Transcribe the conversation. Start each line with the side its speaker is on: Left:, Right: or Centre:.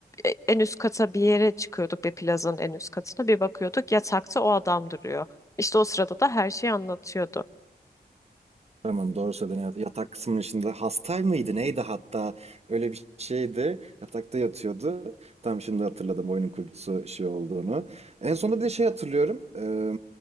Left: E, En üst kata bir yere çıkıyorduk bir plazanın en üst katına bir bakıyorduk yatakta o adam duruyor. İşte o sırada da her şeyi anlatıyordu.
Right: Tamam doğru söyledin. Evet, Yatak kısmının içinde hastay mıydı neydi hatta öyle bir şeydi. Yatakta yatıyordu. Tam şimdi hatırladım oyunun kurucusu şey olduğunu. En sonunda bir de şey hatırlıyorum. Ee,